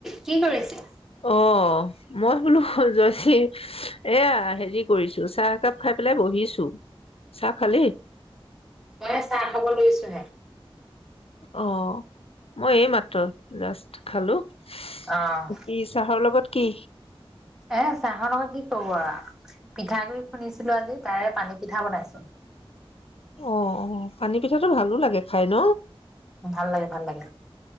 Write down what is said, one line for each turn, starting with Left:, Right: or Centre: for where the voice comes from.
Centre: কি কৰিছে?
Left: অ' মই বোলো জয়ী এয়া হেৰি কৰিছো চাহ একাপ খাই পেলাই বহিছো চাহ খালি
Centre: এ চাহ খাব লৈছো হে
Left: অ' মই এই মাত্ৰ জাষ্ট খালো তি
Centre: অ',
Left: চাহৰ লগত কি?
Centre: এ চাহৰ লগত কি কব আৰু পিঠাগুড়ি খুন্দিছিলো আজি তাৰে পানী পিঠা বনাইছো।
Left: অ' অ' পানী পিঠাটো ভালো লাগে খাই ন!
Centre: ভাল লাগে, ভাল লাগে।